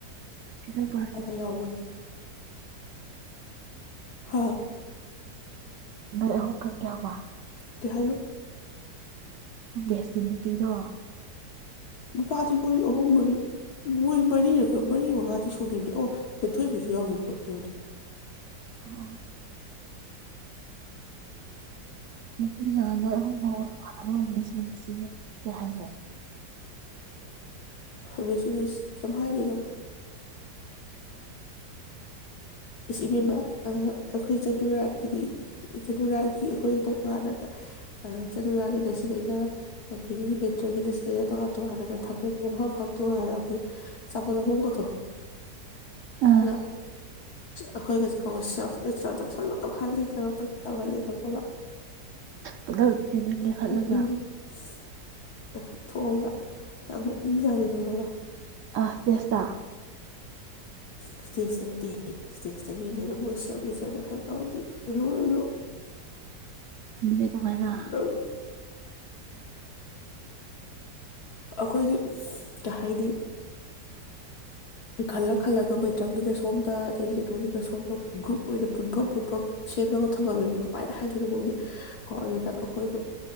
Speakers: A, on the right (about 75°); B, on the left (about 65°).
A: ꯏ ꯄꯁꯤ
B: ꯑꯗ ꯌꯥꯎꯕꯅꯤ ꯍꯥꯥ
A: ꯎꯍ ꯈ ꯀꯌꯥ ꯋꯥ
B: ꯀꯍꯥꯟꯅꯣ
A: ꯦꯁꯀꯤꯅꯤ ꯀꯗꯣ
B: ꯅꯨꯄꯥꯗꯤ ꯃꯣꯏ ꯑꯍꯨꯝ ꯃꯔꯤ ꯃꯣꯏ ꯃꯔꯤꯔ ꯃꯔꯤ ꯃꯉꯥꯗꯤ ꯁꯨꯈꯤꯕꯅꯤ ꯑꯣ ꯍꯦꯟꯊꯣꯏꯕꯁꯨ ꯌꯥꯎꯈꯤꯕ ꯀꯝ ꯇꯧꯅꯤ
A: ꯑꯣ ꯃꯇꯨꯡ ꯅꯣꯏ ꯑꯍꯨꯝ ꯐꯥꯎꯝꯅꯤ ꯁꯤꯁꯤ ꯀꯩ ꯍꯥꯏꯅ
B: ꯐꯝꯃꯤꯁꯤꯅꯤ ꯀꯩꯝ ꯍꯥꯏꯔꯤꯅꯣ ꯏ ꯏꯕꯦꯝꯃ ꯑꯩꯈꯣꯏ ꯆꯅꯨꯔꯥꯒꯤꯗꯤ ꯆꯅꯨꯔꯥꯒꯤ ꯑꯩꯈꯣꯏ ꯇꯣꯉꯥꯟꯅꯒ ꯆꯅꯨꯔꯥꯒꯤꯗ ꯁꯤꯗꯩꯅ ꯑꯗꯒꯤ ꯃꯦꯇ꯭ꯔꯒꯤꯗ ꯁꯤꯗꯩꯅ ꯇꯣꯉꯥꯟ ꯇꯣꯉꯥꯟꯅꯒ ꯊꯝꯕꯤꯕ ꯃꯐꯝ ꯃꯐꯝ ꯇꯣꯉꯥꯟꯒ ꯑꯩꯈꯣꯏ ꯆꯥꯐꯝꯠ ꯆꯥꯐꯝꯒꯗꯣ
A: ꯑꯥ
B: ꯂꯥꯛ ꯑꯩꯈꯣꯏꯒꯁꯨ ꯈꯦꯜꯁ꯭ꯔꯥꯁꯇ꯭ꯔꯆꯔꯒ ꯇꯧꯍꯜꯂꯤ ꯈꯔ ꯇꯧꯍꯜꯂꯤ ꯈ ꯕ
A: ꯄꯨꯂꯞ ꯀꯩꯅꯣ ꯂꯤꯡꯈꯠꯂꯒ
B: <unintelligible> ꯊꯣꯛꯑꯒ ꯌꯥꯝ ꯄꯨꯛꯅꯤꯡ ꯆꯥꯔꯤ ꯈꯉꯣꯕ
A: ꯑ ꯆꯦꯁ
B: ꯏꯁꯇꯦꯖꯇ ꯅꯠꯇꯦ ꯏꯁꯇꯦꯁꯇ ꯃꯤ ꯂꯣꯏꯅꯕꯨꯣꯏ ꯁ ꯏꯟꯇꯔꯗꯛꯁꯟ ꯇꯧꯔꯗꯤ ꯂꯣꯏ ꯂꯣꯏ
A: ꯎ ꯇꯃꯥꯏꯅ
B: ꯅꯪ ꯑꯩꯈꯣꯏꯒꯤ ꯀꯩ ꯍꯥꯏꯅꯤ ꯈꯜꯂ ꯈꯜꯂꯒ ꯃꯩꯇ꯭ꯔꯝꯒꯤꯅ ꯁꯣꯝꯗ ꯑꯗꯒꯤ ꯀꯩꯅꯣꯒꯤꯗ ꯁꯣꯝꯗ ꯒ꯭ꯔꯨꯞ ꯑꯣꯏꯅ ꯄꯨꯟꯐꯝ ꯄꯨꯟꯐꯝ ꯁꯦꯝꯕꯒ ꯊꯝꯃꯃꯦꯕ ꯀꯃꯥꯏꯅ ꯍꯥꯏ ꯀꯩꯩꯅꯣꯒꯧꯗꯤ ꯍꯣꯏ ꯑꯗꯨꯗ ꯑꯩꯈꯣꯏꯗ